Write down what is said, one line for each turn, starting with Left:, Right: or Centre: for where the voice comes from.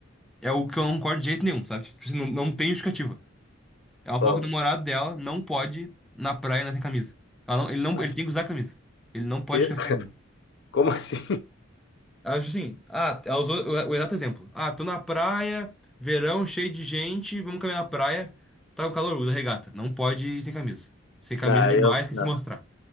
Centre: é o que eu não concordo de jeito nenhum, sabe? Tipo assim, não, não tem justificativa. Ela
Left: Fala.
Centre: falou que o namorado dela não pode ir na praia na sem camisa. Ela não, ele não,
Left: Ah,
Centre: ele
Left: que
Centre: tem que usar camisa. Ele não pode
Left: que isso,
Centre: ficar sem
Left: cara?
Centre: camisa.
Left: <laughs> Como assim?
Centre: Acho assim, ah, ela usou o o exato exemplo. Ah, tô na praia, verão, cheio de gente, vamos caminhar na praia. Tá com calor, usa regata. Não pode ir sem camisa. Sem camisa
Left: Não, aí
Centre: é demais
Left: ela...
Centre: que
Left: não.
Centre: se mostrar.